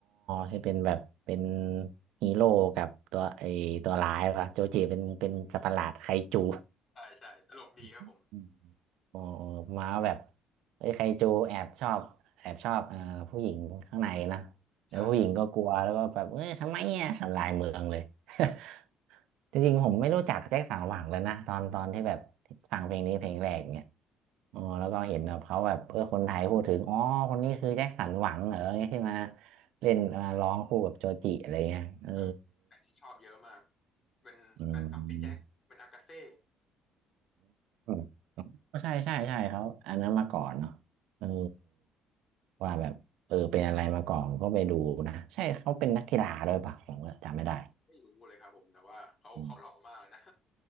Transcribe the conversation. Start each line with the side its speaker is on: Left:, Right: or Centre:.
Right: ที่เป็นแบบเป็นฮีโร่กับตัวไอตัวร้ายป่ะโจจิเป็นเป็นสัตว์ประหลาดไคจู
Left: ใช่ใช่ตลกดีครับผม
Right: <laughs> อืม อ๋ออ๋อมาแบบไอ้ยไคจูแอบชอบแอบชอบเอ่อผู้หญิงข้างในนะแล้วผู้หญิงก็กลัวแล้วก็แบบเอ้ยทำไมเนี่ยทำลายเมืองเลย
Left: ใช่
Right: <laughs> จริงๆผมไม่รู้จักแจ็คสันหวังเลยนะตอนตอนที่แบบฟังเพลงนี้เพลงแรกเนี่ยอ๋อแล้วก็เห็นแบบเขาแบบเออคนไทยพูดถึงอ๋อคนนี้คือแจ็คสันหวังเหรอเนี่ยที่มาเล่นมาร้องคู่กับโจจิอะไรเงี้ยเออ
Left: อ่าใครที่ชอบเยอะมาก เป็นแฟนคลับพี่แจ็ค
Right: อื
Left: เป็นอากาเซ่
Right: ม ก็ใช่ใช่ใช่เขาอันนั้นมาก่อนเนาะเออว่าแบบเออเป็นอะไรมาก่อนก็ไปดูนะใช่เขาเป็นนักกีฬาด้วยปะผมก็จำไม่ได้
Left: ไม่รู้เลยครับผมแต่ว่าเขาเขาหล่อมากเลยนะ
Right: อม